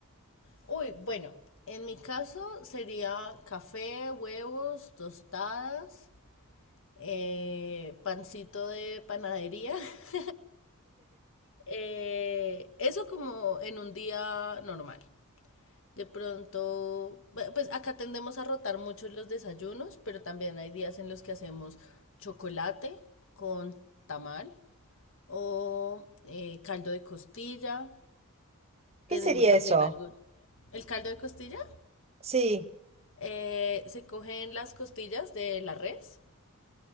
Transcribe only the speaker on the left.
<laughs> Uy, bueno, en mi caso sería café, huevos, tostadas, eh, pancito de panadería. <laughs> Eh, eso como en un día normal. De pronto, bu- pues acá tendemos a rotar mucho los desayunos, pero también hay días en los que hacemos chocolate con tamal o eh, caldo de costilla.
Tenemos
también
algo, el caldo de costilla.
eh, se cogen las costillas de la res